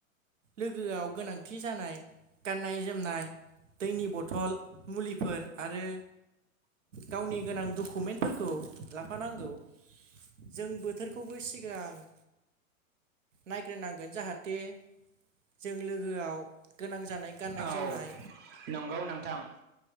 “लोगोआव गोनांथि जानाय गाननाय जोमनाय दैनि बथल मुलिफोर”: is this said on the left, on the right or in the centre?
Right